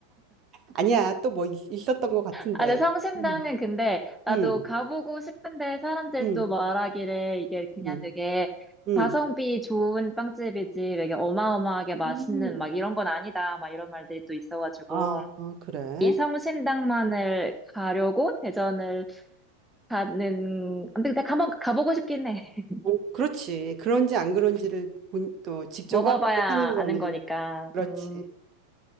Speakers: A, on the right (about 30°); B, in the centre.
A: 아니야, 또 뭐 있었던 것 같은데.
B: 아, 네, 성심당은
A: 음,
B: 근데 나도
A: 음,
B: 가보고 싶은데 사람들도
A: 음,
B: 말하기를 이게 그냥
A: 음,
B: 되게
A: 음.
B: 가성비 좋은 빵집이지 되게 어마어마하게 맛있는
A: 음.
B: 막 이런 건 아니다 막 이런 말들이 또 있어가지고
A: 아, 아, 그래.
B: 이 성심당만을 가려고 대전을 가는 근데 근데 한번 가보고 싶긴 해. <laughs>
A: 어, 그렇지. 그런지 안 그런지를 본- 또 직접
B: 먹어봐야
A: 확인하는 거는,
B: 아는 거니까.
A: 그렇지.
B: 음,